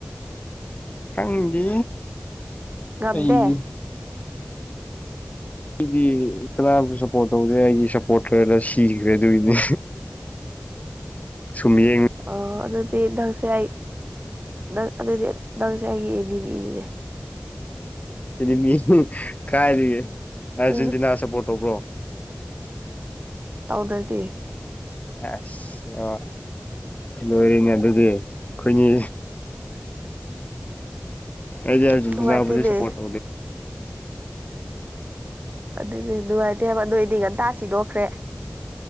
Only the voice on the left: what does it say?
ꯈꯪꯗꯤ
ꯑꯩꯩꯒꯤ ꯑꯩꯗꯤ ꯇꯔꯥꯝꯁꯨ ꯁꯞꯄꯣꯔꯠ ꯇꯧꯗꯦ ꯑꯩꯒꯤ ꯁꯞꯄꯣꯔꯇꯔꯅ ꯁꯤꯈ꯭ꯔꯦ ꯑꯗꯨꯏꯗꯤ ꯁꯨꯝ ꯌꯦꯡ
ꯏꯅꯤ ꯃꯤ ꯀꯥꯏꯔꯦ ꯑꯥꯔꯖꯦꯟꯇꯤꯅꯥ
ꯁꯞꯄꯣꯔꯠ ꯇꯧꯕ꯭ꯔꯣ
ꯑꯁ ꯂꯣꯏꯔꯤꯅꯦ ꯑꯗꯨꯒꯤ ꯑꯩꯈꯣꯏꯅꯤ
ꯑꯩꯗꯤꯁꯤ
ꯅꯕꯨꯖ ꯁꯄꯣꯗ